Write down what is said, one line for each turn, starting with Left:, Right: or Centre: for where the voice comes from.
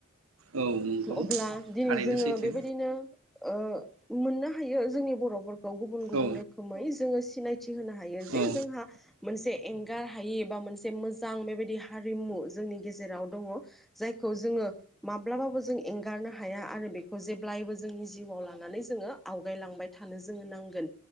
Right: औ नंगौ
Centre: अब्ला दिनै
Right: थारैनो
Centre: जोङो
Right: सैथो
Centre: बेबायदिनो ओ मोननो हायो जोंनि बर'फोर <unintelligible> गुबुन गुबुन
Right: औ
Centre: रोखोमै जोंङो सि थि होनो हायो जे
Right: औ
Centre: जोंहा मोनसे एं गार हायि एबा मोनसे मोजां बेबायदि हारिमु जोंनि गेजेराव दङ जाय खौ जोङो माब्लाबाबो जों एंगारनो हाया आरो बेखौ जेब्लायबो जोंनि जिउआव लानानै जोङो आवगायलांबाय थानो जोङो नांगोन